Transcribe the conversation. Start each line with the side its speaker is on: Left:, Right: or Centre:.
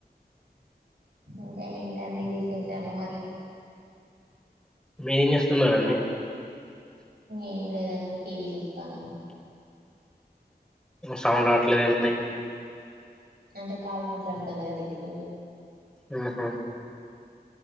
Right: ఇంకా ఏంటండి విశేషాలు మరి
Centre: మీరేం చేస్తున్నారండి
Right: ఏం లేదండి టీవీ చూస్తాను
Centre: సౌండ్ రావట్లేదు ఏంటండీ
Right: అంటే కాల్ మాట్లాడతాను కదా ఇప్పుడు
Centre: హహ